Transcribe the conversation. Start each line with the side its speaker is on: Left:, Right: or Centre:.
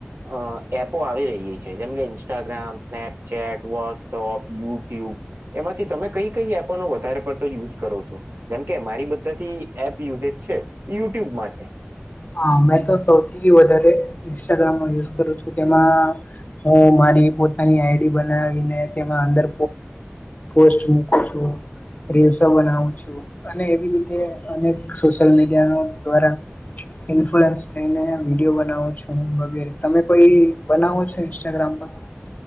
Right: અ એપો આવી રહી છે જેમ કે ઇન્સ્ટાગ્રામ સ્નેપચેટ વોટ્સઅપ યુટ્યુબ એમાંથી તમે કઈ કઈ એપો નો વધારે પડતો યુઝ કરો છો જેમ કે મારી બધાથી એપ યુઝજ છે યુટ્યુબમાં છે.
Left: હું મે તો સૌથી વધારે ઇન્સ્ટાગ્રામ નો યુ કરું છું તે માં હું મારી. પોતાની આઈડી બનાવીને તેમાં અંદર પોસ્ટ મુકું છું. રીલસો બનાવું છું અને એવી રીતે અનેક સોશિયલ મીડિયા દ્વારા. ઇન્ફલુઅન્સ થઈને વિડીયો બનાવો છું વગેરે તમે કોઈ બનાવો છો ઇન્સ્ટાગ્રામ પર હું.